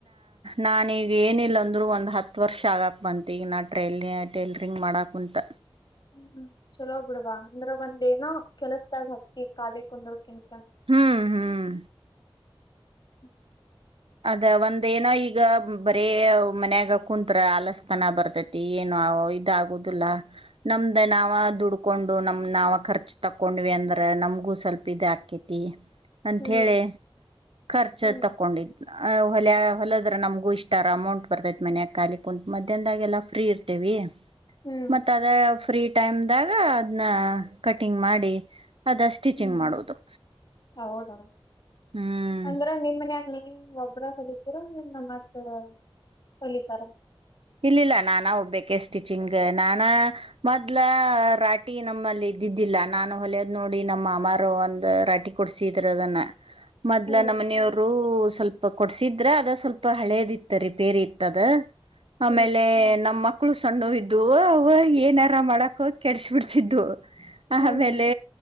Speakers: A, on the right; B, on the left.
A: ನಾ ನೀಗ ಏನಿಲ್ಲ ಒಂದು ಅಂದ್ರು ಒಂದು ಹತ್ ವರ್ಷ ಆಗಕ್ ಬಂತ ಈಗ ನಾ ಟ ಟೇಲರಿಂಗ್ ಮಾಡಕುಂತ
B: ಹ್ಮ್ ಚಲೋ ಬಿಡ್ಬ ಅಂದ್ರ ಒಂದ ಏನೋ ಕೆಲಸದಾಗ ಹತ್ಕಿ ಕಾಲಿ ಕುಂದರು ಓಕನ್ಸಲ
A: ಹ್ಮ್ ಹ್ಮ್
B: ಹ್ಮ
A: ಅದ ಒಂದ ಏನೋ ಈಗ ಬರೀ ಮನ್ಯಾಗ ಕುಂತ್ರ ಆಲಸ್ತನ ಬರ್ತೈತಿ ಏನೋ ಇದ ಆಾಗುದಿಲ್ಲ ನಮ್ದ ನಾವ ದುಡ್ಕೊಂಡ್ ನಮ ನಾವ ಖರ್ಚ ತಕೊಂಡ್ವಿ ಅಂದ್ರ ನಮ್ಗೂ ಸ್ವಲ್ಪ ಇದ ಹಾಕೇತಿ ಅಂತ
B: ಹ್ಮ್
A: ಹೇಳಿ ಖರ್ಚ
B: ಹ್ಮ್
A: ತಕೊಂಡಿದ ಹೊಲ ಹೊಲದ್ರೆ ನಮಗೂ ಇಷ್ಟಾರ ಅಮೌಂಟ್ ಬರ್ತೈತೆ ಮನ್ಯಾಗೆ ಕಾಲಿ ಕುಂತತ್ ಮಧ್ಯಾಹನದಾಗೆಲ್ಲ ಫ್ರೀ ಇರ್ತೀವಿ
B: ಹ್ಮ್
A: ಮತ್ತ ಅದ ಫ್ರೀ ಟೈಮ್ ದಾಗ ಅದ್ನ್ನ ಕಟಿಂಗ್ ಮಾಡಿ ಅದ ಸ್ಟಿಚಿಂಗ್
B: ಹ್ಮ್
A: ಮಾಡೋದು
B: ಹೌದ
A: ಹ್ಮ್
B: ಅಂದ್ರೆ ನಿಮ್ಮ ಮನ ನೀ ಒ ಒಬ್ರ ಹೊಲಿತೀರಾನ್ನ ಮತ್ ಹೊಲಿತಾರ
A: ಇಲ್ಲಿಿಲ್ಲ ನಾನಾ ಒಬ್ಬೆ ಸ್ಟಿಚಿಂಗ್ ನಾನ ಮೊದ್ಲ ರಾಟಿ ನಮ್ಮಲ್ಲಿ ಇದ್ದಿದ್ದಿಲ್ಲ ನಾನು ಹೊಲೆಯದ್ ನೋಡಿ ನಮ್ಮ ಅಮಾರ ಒಂದ ರಾಟಿ ಕೊಡ್ಸಿದ್ರದನ್ನ ಮೊದ್ಲ
B: ಹ್ಮ್
A: ನಮ್ಮ ಮನೆಯವರು ಸ್ವಲ್ಪ ಕೊಡ್ಸಿದ್ರ ಅದ ಸ್ವಲ್ಪ ಹಳೇದಿತ್ತ ರಿಪೇರಿ ಇತ್ತದ ಆಮೇಲೆ
B: ಹ್ಮ್
A: ನಮ್ಮ ಮಕ್ಕಳು ಸಣ್ಣ ಇದ್ದು ಅವ ಏನಾರ ಮಾಡಕ ಕೆಡಸ ಬಿಿಡ್ತಿದ್ದವು ಆಮೇಲೆ
B: ಹ್ಮ್